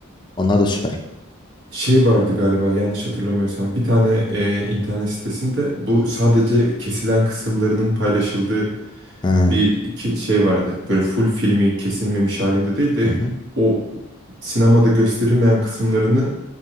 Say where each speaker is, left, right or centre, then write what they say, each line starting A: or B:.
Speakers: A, on the left; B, on the right.
A: Onlar da süper.
B: şey vardı galiba yanlış hatırlamıyorsam bir tane e, internet sitesinde bu sadece kesilen kısımlarının paylaşıldığı
A: Ha,
B: bir ke- şey vardı. Böyle full filmi kesilmemiş halinde değil de
A: Hı hı,
B: o sinemada gösterilmeyen kısımlarını